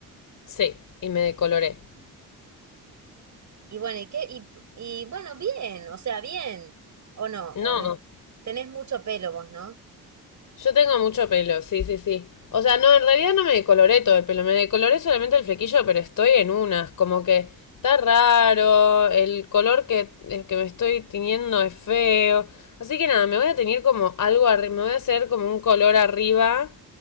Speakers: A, on the left; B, on the right.
A: Sí, y me decoloré.
B: Y bueno, ¿y qué? Y, y bueno, bien, o sea, bien. ¿O no?
A: No,
B: ¿O no? Tenés mucho pelo vos, ¿no?
A: Yo tengo mucho pelo, sí, sí, sí. O sea, no, en realidad no me decoloré todo el pelo, me decoloré solamente el flequillo, pero estoy en unas, como que está raro, el color que, el que me estoy tiñendo es feo. Así que nada, me voy a tener como algo arriba, me voy a hacer como un color arriba,